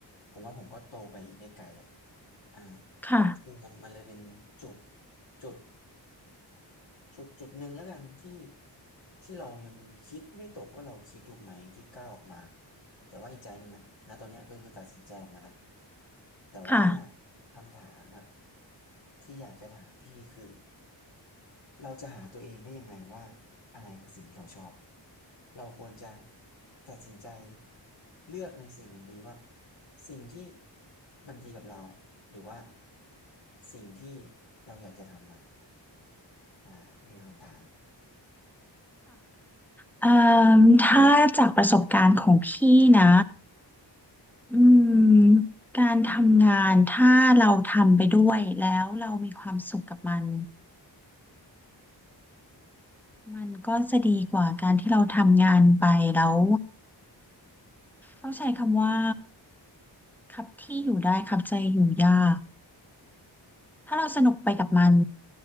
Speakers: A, on the left (about 80°); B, in the centre.
A: ผมว่าผมก็โตไปได้ไกลอะอ่า
B: ค่ะ
A: คือมันมันเลยเป็นจุดจุดจุดจุดหนึ่งแล้วกันที่ที่เรายังคิดไม่ตกว่าเราคิดถูกไหมที่ก้าวออกมาแต่ว่าอีกใจหนึ่งอะณตอนเนี้ยก็คือตัดสินใจออกมาแล้วแต่ว่า
B: ค่ะค่ะ
A: คำถามอะที่อยากจะถามพี่คือ เราจะหาตัวเองได้ยังไงว่าอะไรคือสิ่งที่เราชอบ เราควรจะตัดสินใจเลือกในสิ่งไหนดีว่าสิ่งที่มันดีกับเราหรือว่าสิ่งที่เราอยากจะทำมันอ่านี่คือคำถาม
B: เอ่อถ้าจากประสบการณ์ของพี่นะอืมการทำงานถ้าเราทำไปด้วยแล้วเรามีความสุขกับมันมันก็จะดีกว่าการที่เราทำงานไปแล้วต้องใช้คำว่าครับที่อยู่ได้ครับใจอยู่ยาก ถ้าเราสนุกไปกับมัน